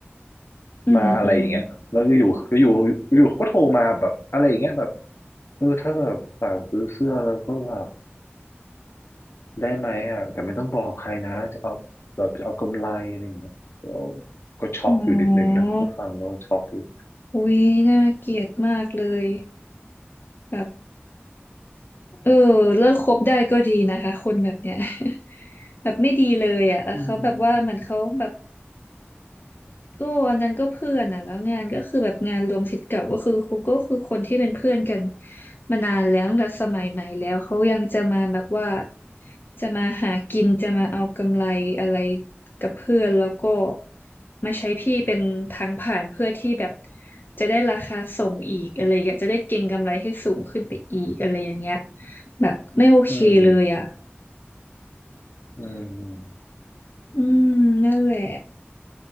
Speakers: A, on the left; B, on the left.
A: อืมอืม
B: มาอะไรอย่างเงี้ยแล้วก็อยู่ก็อยู่อยู่เขาก็โทรมาแบบอะไรอย่างเงี้ยแบบเออถ้าแบบฝากซื้อเสื้อแล้วก็แบบได้ไหมอ่ะแต่ไม่ต้องบอกใครนะจะเอาแบบจะเอากำไรอะไรอย่างเงี้ยก็ก็ช็อกอยู่นิดนึงนะก็ฟังแล้วช็อกอยู่
A: อ๋ออุ๊ยน่าเกลียดมากเลยแบบเออเลิกคบได้ก็ดีนะคะคนแบบเนี้ย <laughs> แบบไม่ดีเลยอ่ะแล้วเขาแบบว่าเหมือนเขาแบบ
B: อืม
A: ก็อันนั้นก็เพื่อนอ่ะแล้วงานก็คือแบบงานรวมศิษย์เก่าก็คือครูก็คือคนที่เป็นเพื่อนกันมานานแล้วตั้งแต่สมัยไหนแล้วเขายังจะมาแบบว่าจะมาหากินจะมาเอากำไรอะไรกับเพื่อนแล้วก็มาใช้พี่เป็นทางผ่านเพื่อที่แบบจะได้ราคาส่งอีกอะไรอย่างเงี้ยจะได้เก็งกำไรให้สูงขึ้นไปอีกอะไรอย่างเงี้ยแบบไม่โอเคเลยอ่ะ
B: อืมอืม
A: อืมนั่นแหละ